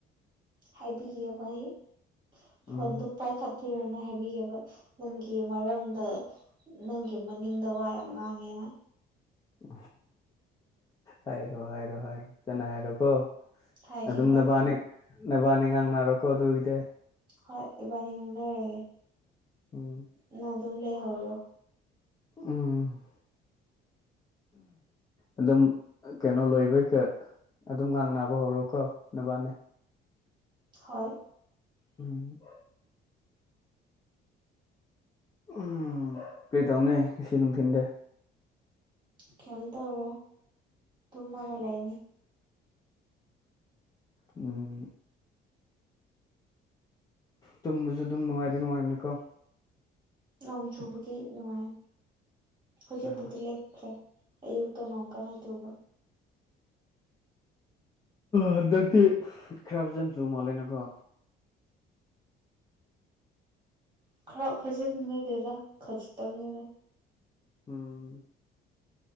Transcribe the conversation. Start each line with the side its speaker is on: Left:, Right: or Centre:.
Right: ꯍꯥꯏꯕꯤꯒꯦ꯫ ꯑꯩ ꯐꯣꯟꯗꯨ
Left: ꯎꯝ
Right: ꯄꯥꯏꯈ ꯊꯤꯔꯅ ꯍꯥꯏꯕꯤꯒꯕ ꯅꯪꯒꯤ ꯃꯔꯝꯗꯩ ꯅꯪꯒꯤ ꯃꯅꯤꯡꯗ ꯋꯥ ꯌꯥꯝ ꯉꯥꯡꯉꯦꯅ
Left: ꯎ ꯍꯥꯏꯔꯣ ꯍꯥꯏꯔꯣ ꯍꯥꯏꯔꯣ ꯐꯖꯅ ꯍꯥꯏꯔꯣꯀꯣ
Right: ꯍꯥꯏꯒꯦ
Left: ꯑꯗꯨꯝ
Right: ꯍꯣꯏ
Left: ꯅꯕꯥꯅꯤ ꯅꯕꯥꯅꯤ ꯉꯥꯡ ꯅꯥꯔꯣꯀꯣ ꯑꯗꯨꯒꯤꯗꯤ
Right: ꯍꯣꯏ ꯏꯕꯥꯅꯤ ꯉꯥꯡꯅꯔꯒꯦ
Left: ꯎꯝ
Right: ꯅꯡ ꯑꯗꯨꯝ ꯂꯩꯍꯧꯔꯣ
Left: ꯎꯝ ꯑꯗꯨꯝ ꯀꯩꯅꯣ ꯂꯣꯏꯕꯩꯒ ꯑꯗꯨꯝ ꯉꯥꯡ ꯅꯥꯅꯕ ꯍꯧꯔꯣꯀꯣ ꯅꯕꯥꯟꯅꯤ
Right: ꯍꯣꯏ
Left: ꯎꯝ ꯎꯝ ꯀꯔꯤ ꯇꯧꯅꯤ ꯉꯁꯤ ꯅꯨꯡꯊꯤꯟꯗꯤ
Right: ꯀꯩꯝ ꯇꯧꯔꯣ ꯇꯨꯝꯃꯒ ꯂꯩꯅꯤ
Left: ꯎꯝ ꯇꯨꯝꯕꯁꯨ ꯑꯗꯨꯝ ꯅꯨꯡꯉꯥꯏꯗꯤ ꯅꯨꯡꯉꯥꯏꯕꯅꯤꯀꯣ
Right: ꯅꯣꯡ ꯆꯨꯕꯒꯤ ꯅꯨꯡꯉꯥꯏ ꯍꯧꯖꯤꯛꯄꯗꯤꯂꯦꯛ
Left: ꯆꯥ
Right: ꯑꯌꯨꯛꯇ ꯅꯣꯡ ꯀꯟ ꯅ ꯆꯨꯕꯥ
Left: ꯍꯟꯗꯛꯇꯤ ꯈꯔ ꯍꯖꯟ ꯆꯨ ꯃꯥꯜꯂꯦꯅꯀꯣ
Right: ꯈꯔ ꯐꯖꯅꯔꯦꯔꯥ ꯈꯖꯤꯛꯇꯪꯅꯤꯔ
Left: ꯎꯝ